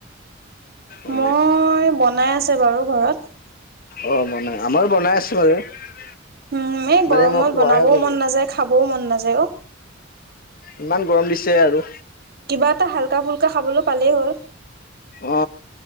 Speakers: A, on the left; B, on the right.
A: অ
B: মই বনাই আছে বাৰু ঘৰত।
A: অ বনাই আমাৰো বনাই আছো বাৰু। <unintelligible>
B: উম এই
A: মানে
B: গৰমত
A: মই খোৱাহে
B: বনাবও
A: গৈছো
B: মন নাযায় খাবও মন নাযায় অ।
A: ইমান গৰম দিছে আৰু।
B: কিবা এটা হাল্কা ফুল্কা খাবলৈ পালেই হ'ল।
A: অ